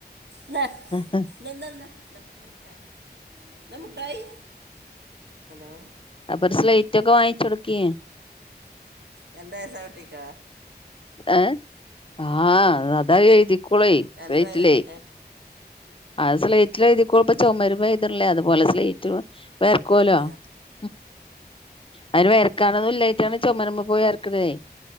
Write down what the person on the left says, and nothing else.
ആഹ്
അപ്പൊ ഒരു സ്ലൈറ്റ് ഒക്കെ വാങ്ങിചോട്ക്കി
ഏഹ് ആഹ് അതായെതിക്കോളെയ്
സ്ളൈറ്റിലേ
അത് സ്ലൈറ്റിലഴുതിക്കെട്ടെ ചൊമരുമ്മെ എയ്ത്ണ്ല്ലേ അതുപോലെ സ്ലൈറ്റും പെയക്കോല
ഉം അയിന് വെരക്കാനൊന്നും ഇല്ലായിട്ടാണ് ചുമരുമ്മെ പോയി വരക്കണയ്